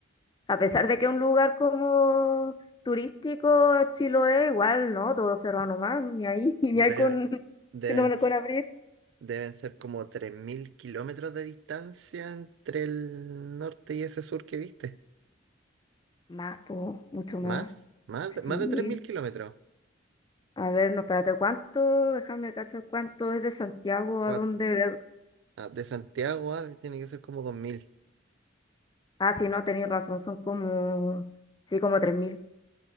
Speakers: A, on the left; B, on the right.
A: A pesar de que un lugar como turístico, Chiloé, igual, ¿no? Todo cerrado nomás, ni ahí, <laughs> ni
B: Debe-
A: hay con, <laughs>
B: deben,
A: que no,
B: s-
A: con abrir.
B: deben ser como 3.000 kilómetros de distancia entre el norte y ese sur que viste.
A: Más, po, mucho
B: ¿Más?
A: más.
B: ¿Más,
A: Sí.
B: de- más de tres mil kilómetros?
A: A ver, no, espérate, ¿cuánto? Déjame cachar cuánto es de Santiago
B: Cuat-
A: a dónde.
B: ah, De Santiago a tiene que ser como 2.000?
A: Ah, sí, no, tenéis razón, son como, sí, como 3.000.